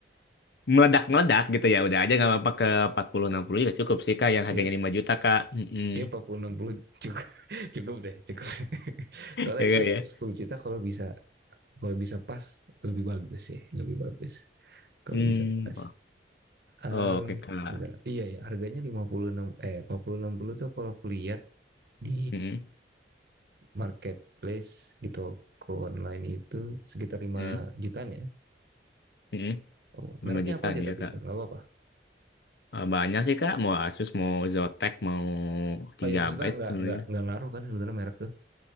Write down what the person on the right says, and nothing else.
gap
gap 40 60 cukup, <laughs> cukup deh, cukup. <laughs>
Soalnya
itu
10 juta kalau bisa kalau bisa pas lebih bagus sih, lebih bagus. Kalau
bisa pas. Em,
sebentar. Iya ya, harganya lima puluh enam eh empat puluh enam puluh tuh kalau kulihat di
marketplace di toko online itu sekitar lima
jutaan ya.
Oh,
mereknya
apa aja tapi
itu nggak apa-apa.
Oh ya maksudnya nggak
nggak nggak ngaruh kan sebenarnya merek tuh.